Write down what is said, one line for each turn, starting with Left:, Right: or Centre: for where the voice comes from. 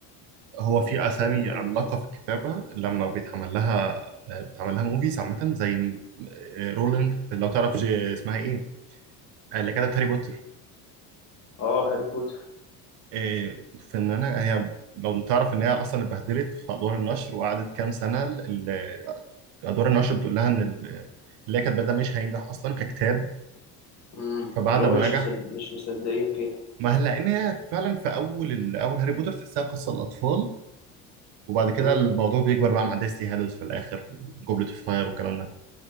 Right: هو
Left: يعني
Right: في اسامي
Left: في حتة تانية
Right: عملاقه
Left: بصراحة
Right: في الكتابه لما بيتعمل لها آه، بيتعمل لها موفيز عامه زي آه، رولينج لو تعرف جي- اسمها ايه آه، اللي كتبت هاري بوتر
Left: اه هاري بوتر
Right: إيه، فنانة هي لو تعرف ان هي اصلا اتبهدلت في ادوار النشر وقعدت كام سنه ال- ادوار النشر بتقول لها ان ال- اللي هي كاتباه ده مش هينجح اصلا ككتاب
Left: امم
Right: فبعد
Left: اللي هو
Right: ما
Left: مش
Right: نجح
Left: مصد... مش مصدقين فيها
Right: ما هل لان هي فعلا في اول ال- اول هاري بوتر تحسها قصه الاطفال وبعد كده
Left: امم
Right: الموضوع بيكبر بقى مع ديسلي هالوز في الاخر وجوبلت اوف فاير والكلام ده